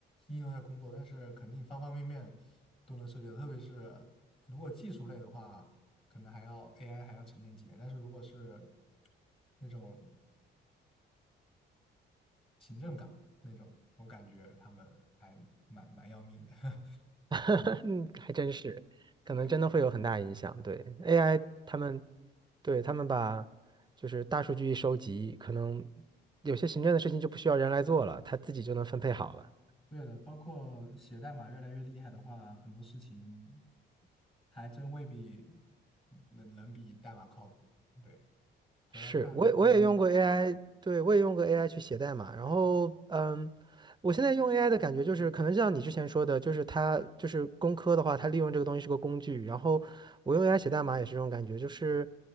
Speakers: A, on the left (about 30°); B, on the right (about 20°).
A: 应用在工作，但是肯定方方面面都能涉及到，特别是如果技术类的话，可能还要 AI 还要沉淀几年，但是如果是那种行政岗那种，我感觉他们还蛮蛮要命的。<laughs>
B: <laughs> 嗯，还真是，可能真的会有很大影响。
A: 对，
B: 对 AI，他们对他们把就是大数据一收集，可能有些行政的事情就不需要人来做了，他自己就能分配好了。
A: 对的，包括写代码越来越厉害的话，很多事情还真未必能能比代码靠谱。对，主要看到时候
B: 是，我也我也用过 AI，对，我也用过 AI 去写代码。然后，嗯，我现在用 AI 的感觉就是，可能像你之前说的，就是它就是工科的话，它利用这个东西是个工具。然后我用 AI 写代码也是这种感觉，就是，